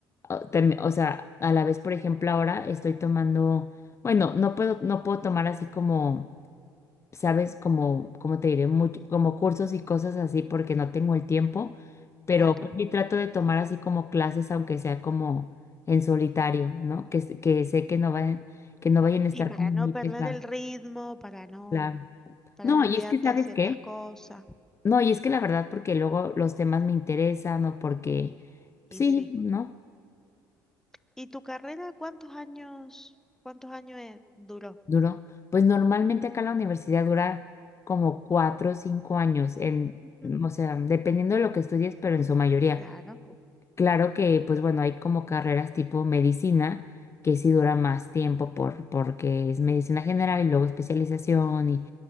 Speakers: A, on the left; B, in the centre.
A: o, tam- o sea, a la vez, por ejemplo, ahora estoy tomando, bueno, no puedo no puedo tomar así como sabes, como, como te diré, mucho, como cursos y cosas así porque no tengo el tiempo, pero
B: claro.
A: pues sí trato de tomar así como clases, aunque sea como en solitario, ¿no? Que, s- que sé que no vayan, que no vayan a estar
B: Y para
A: como
B: no
A: muy
B: perder
A: pesadas,
B: el ritmo, para no,
A: claro.
B: para
A: No,
B: no
A: y
B: olvidarte
A: es que, ¿sabes
B: de ciertas
A: qué?
B: cosas.
A: No, y es que la verdad, porque luego los temas me interesan o porque, sí,
B: Y sí.
A: ¿no?
B: ¿Y tu carrera cuántos años, cuántos años eh, duró?
A: Duró. Pues normalmente acá la universidad dura como cuatro o cinco años, en,
B: Ujú,
A: o sea, dependiendo de lo que estudies, pero en su mayoría.
B: Claro.
A: Claro que, pues bueno, hay como carreras tipo medicina que sí dura más tiempo por, porque es medicina general y luego especialización y,